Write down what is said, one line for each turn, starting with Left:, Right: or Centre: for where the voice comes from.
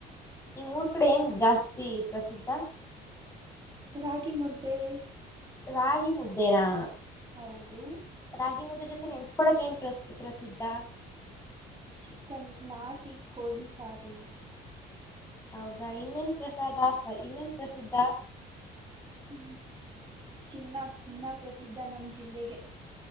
Left: ಈ್ ಊರ್ ಕಡೆ ಏನ್ ಜಾಸ್ತಿ ಪ್ರಸಿದ್ಧ
Right: ರಾಗಿ ಮುದ್ದೆ
Left: ರಾಗಿಿ ಮು್ದೇರಾ
Right: ಹೌದು
Left: ರಾಗಿ ಮುದ್ದ ಜೊತೆ ನೆನ್ಚ್ಕೊಳಕ್ ಏನ್ ಪ್ರಸ ಪ್ರಸಿದ್ಧ
Right: ಚಿಿಕನ್ ನಾಟಿ ಕೋಳಿ ಸಾರು
Left: ಹೌದಾ ಇನ್ನೇನ್ ಪ್ರಸಾದ ಇನ್ನೇನ್ ಪ್ರಸಿದ್ಧ
Right: ಹೂ ಚಿನ್ನ ಚಿನ್ನ ಪ್ರಸಿದ್ಧ ನಮ್ ಜಿಲ್ಲೆಗೆ